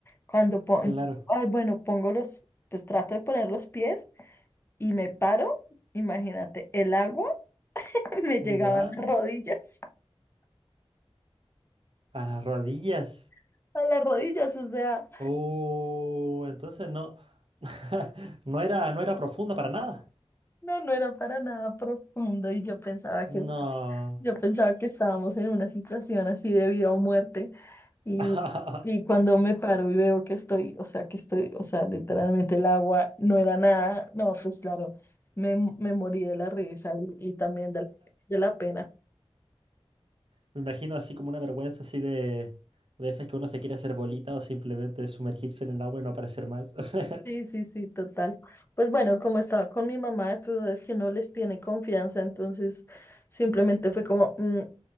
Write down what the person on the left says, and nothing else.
Cuando pongo,
ay, bueno, pongo los, pues trato de poner los pies y me paro, imagínate, el agua. <laughs> me llegaba
a las rodillas,
<laughs> a las rodillas, o sea,
no, no era para nada profundo y yo pensaba que,
yo pensaba que estábamos en una situación así de vida o muerte y,
y cuando me paro y veo que estoy, o sea, que estoy, o sea, literalmente el agua no era nada, no, pues claro, me, me morí de la risa y, y también de la, de la pena.
Sí, sí, sí, total. Pues bueno, como estaba con mi mamá, tú sabes que no les tiene confianza, entonces simplemente fue como... mm,